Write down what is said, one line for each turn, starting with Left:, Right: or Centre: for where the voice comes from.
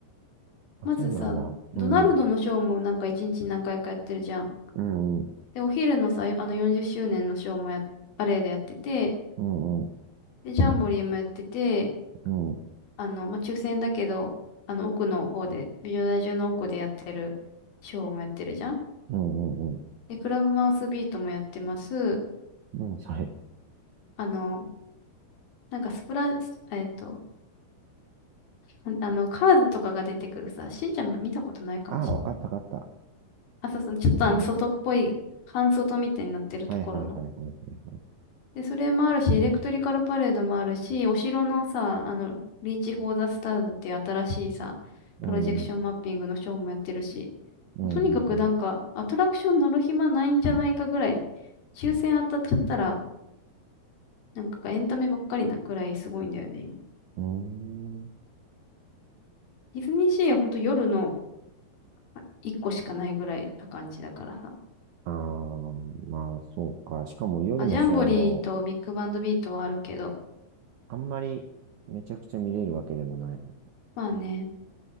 Right: あ、
Left: まずさ、
Right: そうなんだ。うん、
Left: ドナルドのショーもなんか一日に何回かやってるじゃん。
Right: うん、うん、
Left: で、お昼のさ、あの40周年のショーもや、パレードやってて、
Right: うん、うん、
Left: で、ジャンボリーもやってて、
Right: うん、
Left: あの、まあ、抽選だけど、あの奥の方で、美女大中の奥でやってるショーもやってるじゃん。
Right: うん、うん。
Left: で、クラブマウスビートもやってます。
Right: 何それ。
Left: あの、なんかスプラ、えっと、ほんあの、カーズとかが出てくるさ、しんちゃん見たことないかもしれない。
Right: ああ、わかった、わかった。
Left: あ、そうそう、ちょっとあの、
Right: うん。
Left: 外っぽい、半外みたいになってるところの。
Right: はい、はい、はい、はい、はいはい。
Left: で、それもあるし、エレクトリカルパレードもあるし、お城のさ、あの、リーチ・フォー・ザ・スターズっていう新しいさ、
Right: うん、
Left: プロジェクションマッピングのショーもやってるし、
Right: うん、うん、
Left: もうとにかくなんか、
Right: う
Left: アトラクション乗る暇ないんじゃないかぐらい、抽選当たっちゃったら、なんかエンタメばっかりなぐらいすごいんだよね、今。
Right: ん。うーん。
Left: ディズニーシーはほんと夜のあ一個しかないぐらいな感じだからさ。
Right: ああ、まあ、そうか。しかも夜のショーも、
Left: まあ、ジャンボリーとビッグバンドビートはあるけど。
Right: あんまりめちゃくちゃ見れるわけでもないもんね。
Left: まあね。